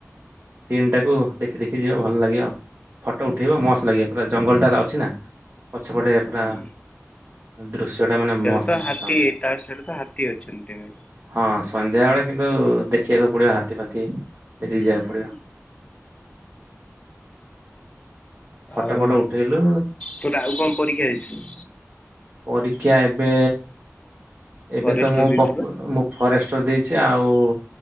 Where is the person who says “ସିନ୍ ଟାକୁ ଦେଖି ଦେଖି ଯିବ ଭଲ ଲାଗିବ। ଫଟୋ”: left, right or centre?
Right